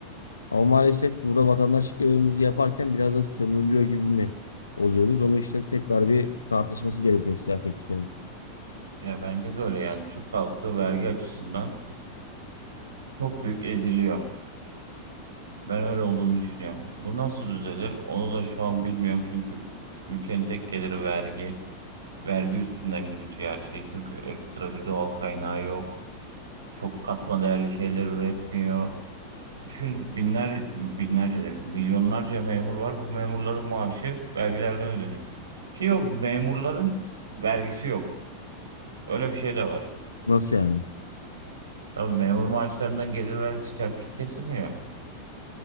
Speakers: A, on the left; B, on the right.
A: Ama maalesef burada vatandaşlık görevimizi yaparken biraz da sömürülüyor gibi mi oluyoruz? Onu işte tekrar bir tartışması gerekiyor siyasetçilerin.
B: ya bence de öyle yani Türk halkı vergi açısından çok büyük eziliyor. Ben öyle olduğunu düşünüyorum. Bu nasıl düzelir? Onu da şu an bilmiyorum çünkü ülkenin tek geliri vergi. Vergi üstünden yürütüyor her şeyi. Çünkü ekstra bir doğal kaynağı yok. Çok katma değerli şeyler üretmiyor. Düşün binler, binlerce, demeyeyim, milyonlarca memur var. Bu memurların maaşı vergilerden ödeniyor. Ki o memurların vergisi yok. Öyle bir şey de var.
A: Nasıl yani?
B: Tabii memur maaşlarından gelir vergisi çarçur kesilmiyor.